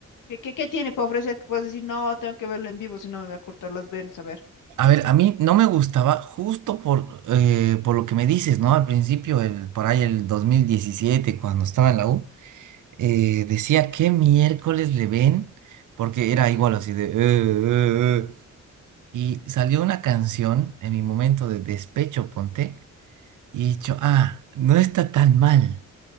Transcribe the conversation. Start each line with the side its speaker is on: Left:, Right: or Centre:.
Left: ¿Qué, qué, qué tiene para ofrecer que puedes decir, no, tengo que verlo en vivo, si no me voy a cortar las venas, a ver.
Right: A ver, a mí no me gustaba justo por, eh, por lo que me dices, ¿no? Al principio, el, por ahí el 2017 cuando estaba en la U, eh, decía qué miércoles le ven, porque era igual así de... "Eh, eh, eh". Y salió una canción en mi momento de despecho, ponte, y he dicho, ah, no está tan mal.